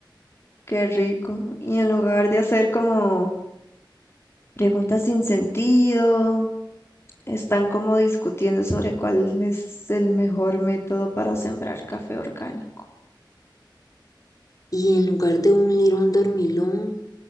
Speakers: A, on the left; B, on the left.
A: Qué rico. Y en lugar de hacer como preguntas sin sentido, están como discutiendo sobre cuál es el mejor método para sembrar café orgánico.
B: y en lugar de un lirón dormilón,